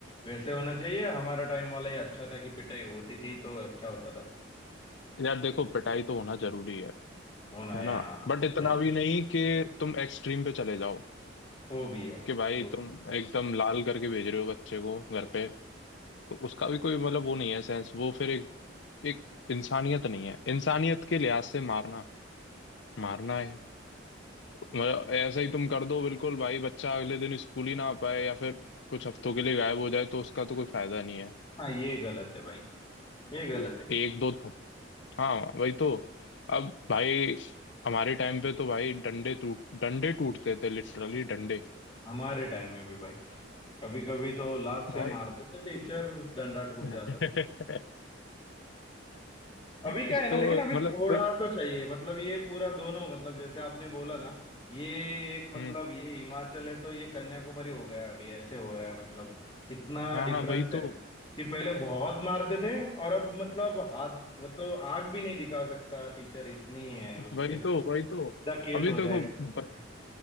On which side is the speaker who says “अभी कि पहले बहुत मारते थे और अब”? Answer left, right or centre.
Left